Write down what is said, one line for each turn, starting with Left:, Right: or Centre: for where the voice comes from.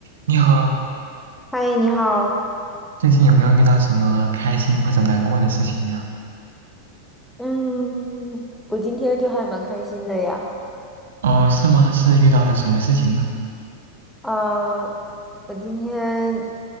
Right: 你好，
Centre: 嗨，你好。
Right: 最近有没有遇到什么开心或者难过的事情呀？
Centre: 嗯，我今天就还蛮开心的呀。
Right: 哦，是吗？是遇到了什么事情呢？
Centre: 嗯，我今天